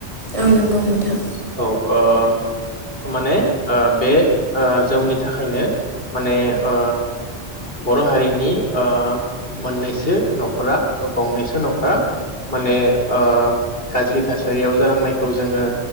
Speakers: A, on the right; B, on the left.
A: औ नंगौ नोंथां
B: औ ओ। माने ओ बे ओ जौनि थाखायनो माने ओ बर' हारिनि ओ मोननैसो न'खरा गंनैसो न'खरा माने ओ गाज्रि थासारियाव जालांनायखौ जोङो